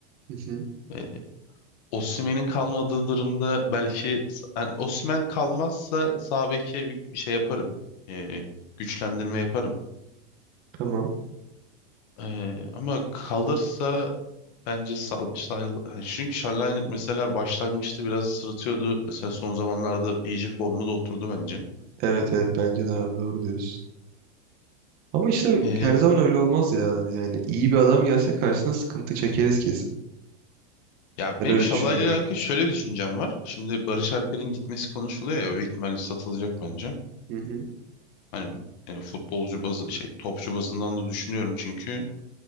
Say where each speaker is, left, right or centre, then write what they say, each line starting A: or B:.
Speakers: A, on the right; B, on the left.
A: Hı hı.
B: E, Osimhen'in kalmadığı durumda belki yani Osimhen kalmazsa sağ beke şey yaparım. E, güçlendirme yaparım.
A: Tamam.
B: Ee, ama kalırsa bence sal Şal- hani çünkü Şallayn mesela başlangıçta biraz sırıtıyordu. Mesela son zamanlarda iyice formda oturdu bence.
A: Evet evet bence de abi doğru diyorsun. Ama işte
B: Ee,
A: her zaman öyle olmaz ya. Yani iyi bir adam gelse karşısına sıkıntı çekeriz kesin.
B: ya
A: Ben
B: benim
A: öyle
B: Şallay'la
A: düşünüyorum.
B: ile alakalı şöyle bir düşüncem var. Şimdi Barış Alper'in gitmesi konuşuluyor ya büyük ihtimalle satılacak bence.
A: Hı hı.
B: Hani e, futbolcu bazı şey topçu bazından da düşünüyorum çünkü